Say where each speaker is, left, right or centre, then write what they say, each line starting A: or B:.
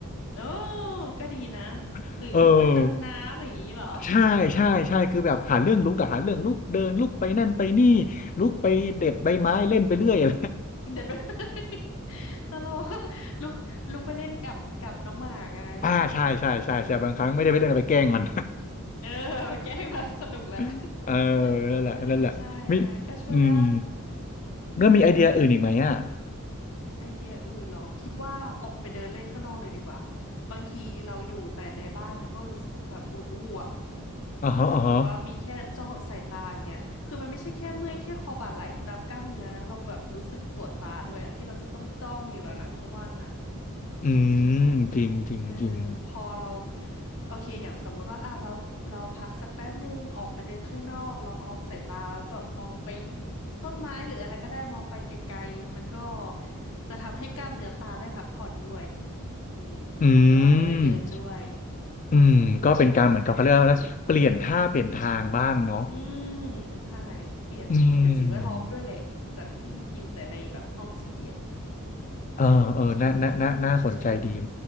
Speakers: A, on the left; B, on the left.
A: เออก็ดีนะ
B: <laughs>
A: หรือลุกไปเติมน้ำอย่างนี้เหรอ
B: เออใช่ใช่ใช่คือแบบหาเรื่องลุกอะหาเรื่องลุกเดินลุกไปนั่นไปนี่
A: อืม
B: ลุกไปเด็ดใบไม้เล่นไปเรื่อยอะไร
A: อืมเดินไป <laughs> แล้ <laughs> วเรา <laughs> ลุกลุกไปเล่นกับกับน้องหมาไงเออ
B: อ่าใช่ใช่ใช่ใช่บางครั้งไม่ได้ไปเล่นเอาไปแกล้งมัน
A: อืมเออ <laughs> แกล้งมาสนุกแหละ <laughs>
B: <laughs> เออนั่นแหละนั่นแหละมี
A: เออใช่อันนั้นก็ช่วยได้
B: อืมแล้วมีไอเดียอื่นอีกไหมอ่ะ
A: อืม ไอเดียอื่นเหรอคิดว่าออกไปเดินเล่นข้างนอกเลยดีกว่าบางทีเราอยู่แต่ในบ้านมันก็รู้สึกแบบอุดอู้อะ
B: อ๋อฮะอ๋อฮะ
A: เนาะแบบว่ามีแค่จ้องสายตาอย่างเงี้ยคือมันไม่ใช่แค่เมื่อยแค่คอบ่าไหล่ตามกล้ามเนื้อนะเราแบบรู้สึกปวดตาด้วยอะที่เราจะต้องจ้องอยู่แบบนั้นทั้งวันอะ
B: อืมจริงจริงจริง
A: อืมเออพอเราโอเคอย่างสมมุติว่าอ่ะเราเราพักสักแป๊บนึงออกไปเดินข้างนอกลองเอาสายตาแล้วแบบมองไปต้นไม้หรืออะไรก็ได้มองไปไกลๆมันก็จะทำให้กล้ามเนื้อตาได้พักผ่อนด้วยอืม
B: อื
A: แล้วเราก็ได้เดินด้วย
B: มอืมก็เป็นการเหมือนกับเขาเรียกว่าอะไรเปลี่ยนท่าเปลี่ยนทางบ้างเนาะ
A: เนอะอืมใช่เปลี่ยนเปลี่ยนสิ่งแวดล้อมด้วยแหละจากที่อยู่แต่ในแบบห้องสี่เหลี่ยม
B: อืม เออเออน่าน่าน่าน่าสนใจดี
A: อืมออกไปเดินเล่น